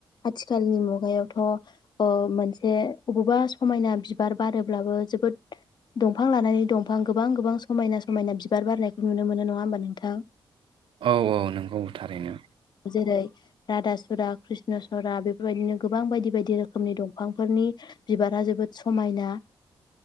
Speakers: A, on the left; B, on the right.
A: आथिखालनि मुगायावथ अ मोनसे बबावबा समायना बिबार बारोब्लाबो जोबोद दंफां लानानै दंफां गोबां गोबां समायना समायना बिबार बारनायखौ नुनो मोनो नङा होमबा नोंथां
B: औ औ नंगौ थारैनो
A: जेरै रादा सुरा कृष्ण सरा बेफोरबायदिनो गोबां बायदि बायदि रोखोमनि दंफांफोरनि बिबारा जोबोद समायना